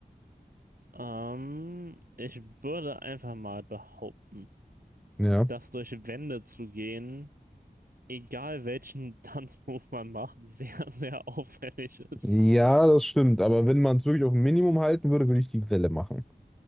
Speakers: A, on the right; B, in the centre.
A: Ähm, ich würde einfach mal behaupten,
B: Ja.
A: das durch Wände zu gehen, egal welchen <laughs> Tanzmove man macht, sehr, sehr auffällig ist.
B: Ja, das stimmt. Aber wenn man es wirklich auf ein Minimum halten würde, würde ich die Welle machen.